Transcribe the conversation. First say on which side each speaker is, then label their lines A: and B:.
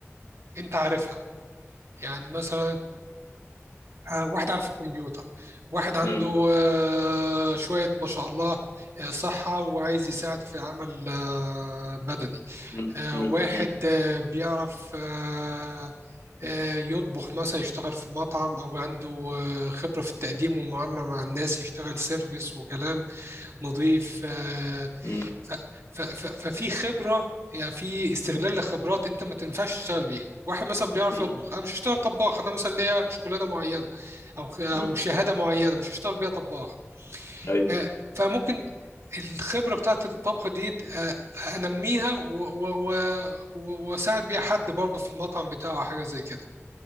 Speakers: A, on the right (about 65°); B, on the left (about 75°).
A: انت عارفها يعني مثلا آه، واحد عارف الكمبيوتر واحد عنده
B: مم.
A: آه، شويه ما شاء الله آه، صحه وعايز يساعد في عمل آه، بدني
B: مم.
A: آه،
B: مم.
A: واحد
B: مم.
A: آه، بيعرف آه، آه، يطبخ مثلا يشتغل في مطعم او عنده آه، خبره في التقديم والمعامله مع الناس يشتغل سيرفيس وكلام نظيف آه،
B: مم.
A: ف- ف- ف- ففي خبرة يعني في استغلال لخبرات انت ما تنفعش تشتغل بيها واحد مثلا بيعرف
B: مم.
A: يطبخ انا مش هشتغل طباخ انا مثلا ليا شغلانة معينة او او
B: مم.
A: شهادة معينة مش هشتغل بيها طباخ
B: أيوه
A: آه، فممكن الخبرة بتاعت الطبخ دي آه، انميها و- و- و- و- واساعد بيها حد برضه في المطعم بتاعه أو حاجة زي كده